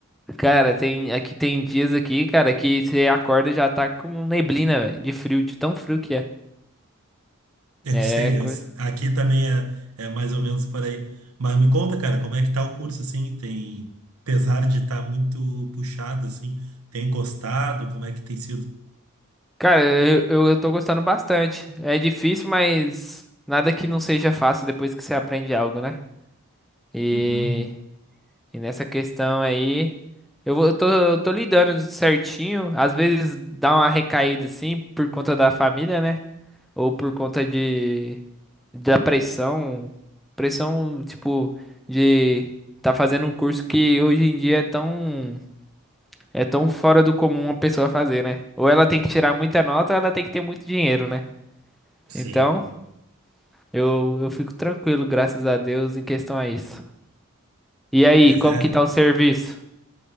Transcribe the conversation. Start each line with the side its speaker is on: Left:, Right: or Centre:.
Centre: Cara, tem aqui tem dias aqui, cara, que você acorda e já tá com neblina, velho, de frio, de tão frio que é.
Right: <laughs> Eu
Centre: É
Right: sei,
Centre: coisa.
Right: eu sei. Aqui também é, é mais ou menos por aí. Mas me conta, cara, como é que tá o curso, assim? Tem, apesar de estar muito puxado, assim, tem gostado? Como é que tem sido?
Centre: Cara, eu, eu, eu tô gostando bastante. É difícil, mas nada que não seja fácil depois que você aprende algo, né? E
Right: Uhum.
Centre: E nessa questão aí, eu, vou- eu tô, eu tô lidando certinho. Às vezes dá uma recaída assim por conta da família, né? Ou por conta de da pressão, pressão tipo de tá fazendo um curso que hoje em dia é tão é tão fora do comum uma pessoa fazer, né? Ou ela tem que tirar muita nota, ou ela tem que ter muito dinheiro, né?
Right: Sim.
Centre: Então, eu, eu fico tranquilo, graças a Deus, em questão a isso. E aí,
Right: Pois
Centre: como
Right: é.
Centre: que tá o serviço?